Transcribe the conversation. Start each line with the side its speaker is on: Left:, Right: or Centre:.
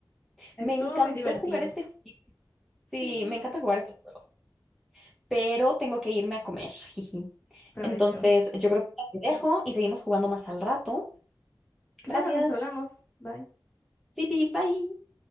Left: Estuvo
Centre: me encantó
Left: muy divertido.
Centre: jugar este. ju-
Left: Sí,
Centre: Sí, me encanta jugar estos juegos, pero tengo que irme a comer, jiji.
Left: provecho.
Centre: Entonces, yo creo que ya te dejo y seguimos jugando más al rato.
Left: Claro,
Centre: Gracias.
Left: nos hablamos. Bye.
Centre: Sí, bye.